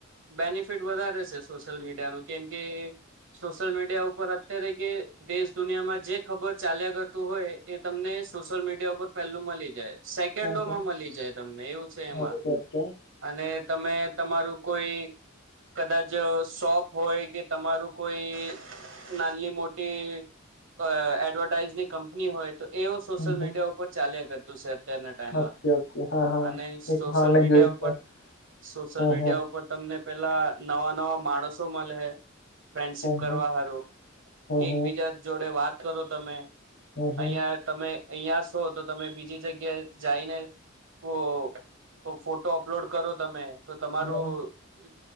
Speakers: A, on the right; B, on the left.
A: બેનિફિટ વધારે છે સોશિયલ મીડિયા નો. કેમ કે સોશિયલ મીડિયા ઉપર અત્યારે કે દેશ દુનિયામાં જે ખબર ચાલ્યા કરતું હોય એ તમને સોશિયલ મીડિયા ઉપર પહેલું મલી જાય. સેકન્ડોમાં
B: હમ હમ હમ
A: મળી જાય તમને એવું છે એમાં.
B: ઓકે ઓકે
A: અને તમે તમારું કોઈ કદાચ શોપ હોય કે તમારું કોઈ નાનલ્લી મોટી અ એડવડ..... ટાઈઝની કંપની હોય તો એ ઓ સોશિયલ
B: હમ હમ
A: મીડિયા ઉપર ચાલ્યા કરતું સે અત્યારના ટાઈમમાં
B: ઓકે ઓકે હા હા
A: અને
B: એ
A: સોશિલ
B: તો હા મેં
A: મીડિયા
B: જોયું
A: ઉપર
B: છે
A: સોશિયલ
B: હમ
A: મીડિયા
B: હમ
A: ઉપર તમને પેલા નવા નવા માણસો મલહે. ફ્રેન્ડશિપ
B: હમ હમ
A: કરવા હારું
B: હમ
A: એકબીજા જોડે વાત કરો તમે.
B: હમ હમ હમ
A: અહિયા તમે અહિયા સો તો તમે બીજી જગ્યા જાઈને ફો કો ફોટો અપલોડ કરો તમે. તો તમારું
B: હમ